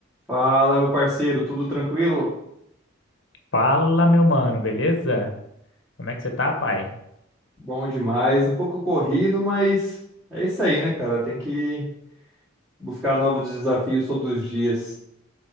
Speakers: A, in the centre; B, on the left (about 60°).
A: Fala, meu parceiro, tudo tranquilo?
B: Fala, meu mano, beleza? Como é que você tá, pai?
A: Bom demais, um pouco corrido, mas é isso aí, né, cara? Tem que buscar novos desafios todos os dias.